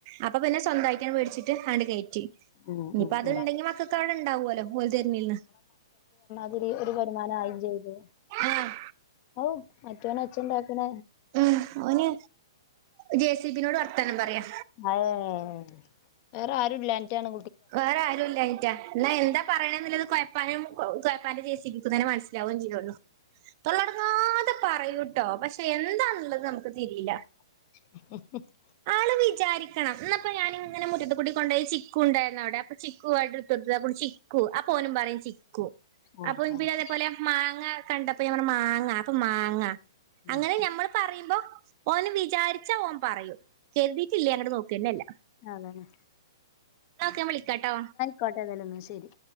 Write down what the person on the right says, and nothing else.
അപ്പൊ പിന്നെ സ്വന്തായിട്ടങ് വേടിച്ചിട്ട് അണ്ട് കയറ്റി
ഇനിയിപ്പ
അത്ണ്ടെങ്കി
മക്കക്ക് അവിടെ ഉണ്ടാവോല്ലോ ഓല് തരുന്നീൽന്ന്
ആഹ്
ഉം ഓന് ജെ സി ബിനോട് വർത്താനം പറയാ
വേറെ ആരും ഇല്ലാഞ്ഞിറ്റാ, ഇന്നാ എന്താ പറയണെന്നില്ലത് കൊഴപ്പാനും കൊഴപ്പാന്റെ ചേച്ചിക്കൊക്കെ തന്നെ മനസ്സിലാവുകയും ചെയ്യുള്ളൂ. തൊള്ളടങ്ങാതെ പറയൂട്ടോ, പക്ഷെ എന്താണുള്ളത് നമുക്ക് തിരീല്ല.
ആള് വിചാരിക്കണം, ഇന്നപ്പ ഞാനിങ്ങനെ മുറ്റത്ത്ക്കൂടി കൊണ്ടോയി ചിക്കുണ്ട്. ന്നവിടെ, അപ്പൊ ചിക്കു വേർഡ് ഇട്ടൊട്ത്. അപ്പോൾ ചിക്കു, അപ്പൊ ഓനും പറയും ചി ക്കു,
അപ്പൊ
പിന്നെ ഇതേപോലെ മാങ്ങ കണ്ടപ്പോ ഞാൻ പറഞ്ഞു മാങ്ങ അപ്പൊ മാങ്ങ
അങ്ങനെ ഞമ്മള് പറയുമ്പോ ഓന് വിചാരിച്ച ഓൻ പറയും. കരുതിയിട്ടില്ലേ അങ്ങട്ട് നോക്കന്നല്ല
ന്നാ ഓക്കെ ഞാൻ വിളിക്കാട്ടോ